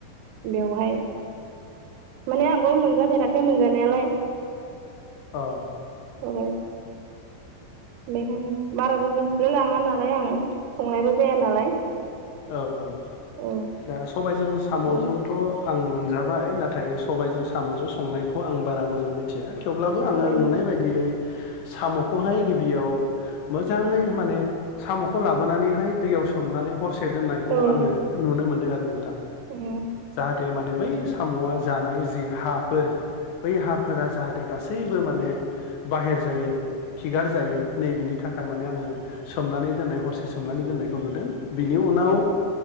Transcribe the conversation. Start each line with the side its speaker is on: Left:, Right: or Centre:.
Right: बेवहाय माने आंबो मोनजाफेराखै मोनजानायालाय
Left: ओ औ
Right: सबाय बेखायनो बाराबो मिनथिलाय लाङा नालाय आं संनायबो जाया नालाय।
Left: औ औ
Right: औ
Left: दा सबायजों साम'जोंथ'
Right: आदा
Left: आं मोनजाबाय नाथाय सबायाइजों साम'जों संनायखौ आं बारा मोजां मिथिया। थेवब्लाबो आङो
Right: औ
Left: नुनाय बायदियै साम'खौहाय गिबियाव मोजाङै माने साम'खौ लाबोनानै हाय दैयाव सोमनानै हरसे दोननायखौ
Right: औ
Left: आङो नुनो मोनदों आरो नोंथां।
Right: उम
Left: जाहाथे माने बै साम'आ जानाय जि हाफोर बै हाफोरा जाहाथे गासैबो माने बाहेर जायो खिगार जायो नै बेनि थाखाय माने आङो सोमनानै दोननाय हरसे सोमनानै दोननायखौ नुदों बिनि उनाव ओ